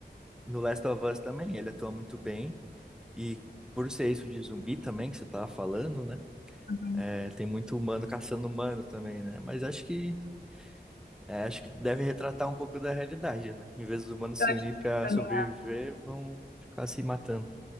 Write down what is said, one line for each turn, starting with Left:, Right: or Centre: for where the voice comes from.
Centre: no Last of Us também, ele atua muito bem. E por ser isso de zumbi também, que você tava falando, né?
Left: né?
Centre: É, tem muito humano caçando humano também, né? Mas acho que, é, acho que deve retratar um pouco da realidade, né? Em vez dos humanos se
Left: Eu acho
Centre: unir
Left: que
Centre: pra
Left: eu também,
Centre: sobreviver, vão ficar se matando.